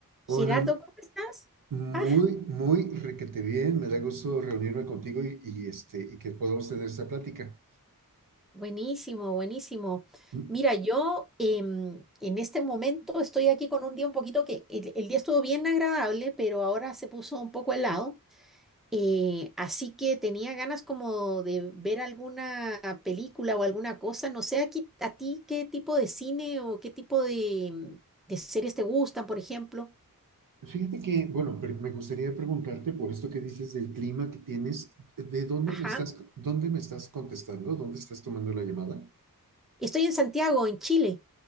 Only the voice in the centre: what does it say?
Gerardo, ¿cómo estás?
Ah,
buenísimo, buenísimo.
Mira, yo em, en este momento estoy aquí con un día un poquito que el, el día estuvo bien agradable, pero ahora se puso un poco helado. eh, así que tenía ganas como de ver alguna película o alguna cosa. No sé, aquí, a ti qué tipo de cine o qué tipo de, em, de series te gustan, por ejemplo.
Ajá.
Estoy en Santiago, en Chile.